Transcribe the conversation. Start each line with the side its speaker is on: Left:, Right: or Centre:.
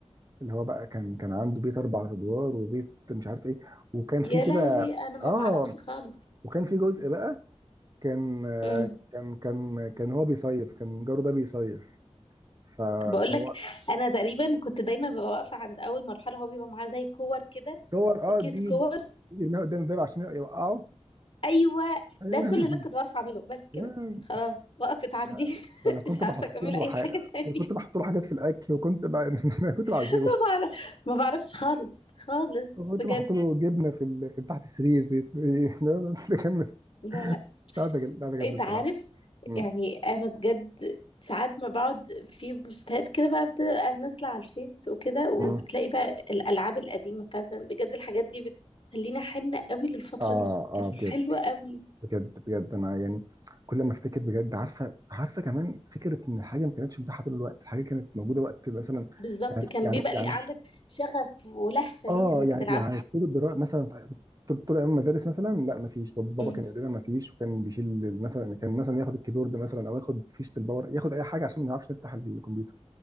Right: اللي هو بقى كان كان عنده بيت اربع ادوار وبيت مش عارف ايه وكان
Left: يا
Right: في كده
Left: لهوي انا ما
Right: اه
Left: بعرفش خالص
Right: وكان في جزء بقى كان آه،
Left: امم
Right: كان كان كان هو بيصيف كان جاره ده بيصيف ف-
Left: بقول
Right: فهو
Left: لك انا تقريبا كنت دايما ببقى واقفه عند اول مرحله هو بيبقى معاه زي كور كده
Right: صور اه
Left: كيس
Right: دي
Left: كور
Right: يرميها قدام الباب عشان يوقعه
Left: ايوه
Right: ايوه
Left: ده كل اللي أنا كنت بعرف اعمله بس كده
Right: <laughs>
Left: خلاص وقفت عندي
Right: لا،
Left: <laughs>
Right: ده انا كنت
Left: مش عارفه
Right: بحط
Left: اكمل
Right: له
Left: اي
Right: حاجه
Left: حاجه تاني
Right: كنت بحط له حاجات في الاكل وكنت ب... <laughs> انا كنت بعذبه
Left: <laughs> ما بعرف ما بعرفش خالص خالص
Right: وكنت
Left: بجد
Right: بحط له بجد. جبنه في ال... في تحت السرير <laughs> يطل- لا، لا، ده كان
Left: لا لا
Right: قاعده قاعده جامده
Left: انت
Right: الصراحه
Left: عارف
Right: مم.
Left: يعني انا بجد ساعات ما بقعد في بوستات كده بقى بتبقى نازله على الفيس وكده وبتلاقي
Right: مم.
Left: بقى الالعاب القديمه بتاعت زمان بجد الحاجات دي بتخليني حنه قوي للفتره
Right: اه
Left: دي
Right: اه
Left: كانت حلوه
Right: بجد
Left: قوي
Right: بجد بجد انا يعني كل ما افتكر بجد عارفه عارفه كمان فكره ان الحاجه ما كانتش متاحه طول الوقت الحاجه كانت موجوده وقت مثلا
Left: بالظبط
Right: يعني
Left: كان
Right: يعني
Left: بيبقى اللي
Right: يعني
Left: عندك شغف ولهفه
Right: اه
Left: ليها انك
Right: يعني
Left: تلعبها
Right: يعني طول الدراسه مثلا طول طول ايام المدارس مثلا لا ما فيش بابا
Left: امم
Right: كان يقول لنا ما فيش وكان بيشيل مثلا كان مثلا ياخد الكيبورد مثلا او ياخد فيشه الباور ياخد اي حاجه عشان ما نعرفش نفتح الكمبيوتر